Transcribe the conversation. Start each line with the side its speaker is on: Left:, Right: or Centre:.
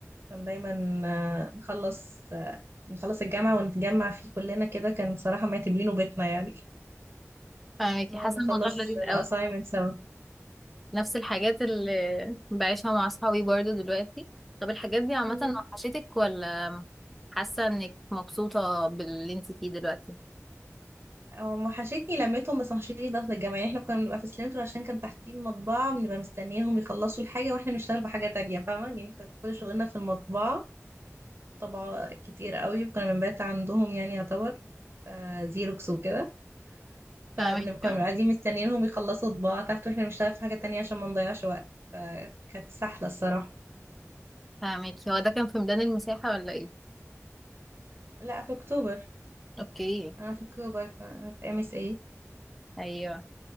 Right: كان دايما آه، نخلص آه، نخلص الجامعة ونتجمع فيه كلنا كده كان صراحة معتبرينه بيتنا يعني
Centre: فاهمك
Right: نقعد
Centre: حاسه
Right: نخلص
Centre: الموضوع لذيذ
Right: الأسايمنت
Centre: قوي
Right: سوا
Centre: نفس الحاجات اللي بعيشها مع اصحابي برضو دلوقتي طب الحاجات دي عامه
Right: مم.
Centre: وحشتك ولا حاسه انك مبسوطه باللي انت فيه دلوقتي
Right: هو وحشتني لمتهم بس وحشتني ضغط الجامعة يعني احنا كنا بنبقى في سلانترو عشان كان تحتيه مطبعة بنبقى مستنيينهم يخلصوا الحاجة واحنا بنشتغل بحاجة تانية فاهمة يعني كانت كل شغلنا في المطبعة طبعة كتير قوي وكنا بنبات عندهم يعني يعتبر آه، زيروكس وكده
Centre: فاهمك
Right: فبنبقى
Centre: اه
Right: قاعدين مستنيينهم يخلصوا طباعة تحت واحنا بنشتغل في حاجة تانية عشان ما نضيعش وقت فكانت سحلة الصراحة
Centre: فاهمك هو ده كان في ميدان المساحة ولا ايه؟
Right: لا في أكتوبر
Centre: اوكي
Right: أنا في أكتوبر أنا في ام اس اي
Centre: ايوه